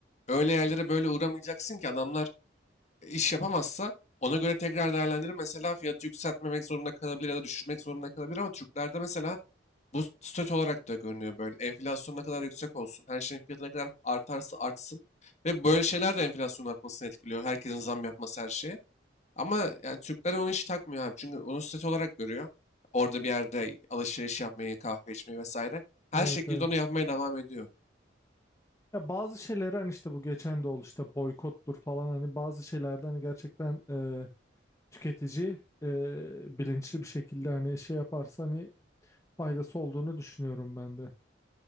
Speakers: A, on the left; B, on the left.
A: Öyle yerlere böyle uğramayacaksın ki adamlar e, iş yapamazsa ona göre tekrar değerlendirir. Mesela fiyatı yükseltmemek zorunda kalabilir ya da düşürmek zorunda kalabilir ama Türklerde mesela bu stöt olarak da görünüyor böyle. Enflasyon ne kadar yüksek olsun, her şeyin fiyatı ne kadar artarsa artsın ve böyle şeyler de enflasyonun artmasını etkiliyor. Herkesin zam yapması her şeye. Ama yani Türkler onu hiç takmıyor abi. Çünkü onu statü olarak görüyor. Orada bir yerde alışveriş yapmayı, kahve içmeyi vesaire. Her
B: Evet
A: şekilde
B: evet.
A: onu yapmaya devam ediyor.
B: Ya bazı şeyleri hani işte bu geçen de oldu işte boykottur falan hani bazı şeylerden hani gerçekten e, tüketici e, bilinçli bir şekilde hani şey yaparsa hani faydası olduğunu düşünüyorum ben de.